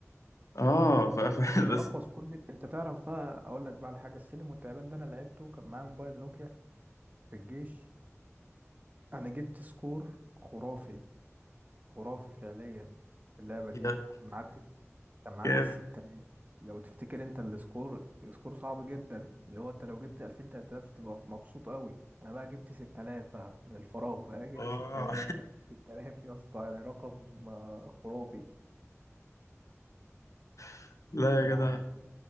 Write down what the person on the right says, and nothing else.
تفتكر
اقوى سكون انت تعرف بقى اقول لك بقى على حاجه السلم والتعبان ده انا لعبته كان معايا موبايل نوكيا في الجيش انا جبت سكور خرافي خرافي فعليا في اللعبه دي
كنت معدي كان معدي
الستينات لو تفتكر انت السكور سكور صعب جدا اللي هو انت لو جبت 2000 3000 تبقى مبسوط قوي انا بقى جبت 6000 بقى من الفراغ بقى جبت
6000 6000 يا اسطى يعني رقم آه، خرافي
يعني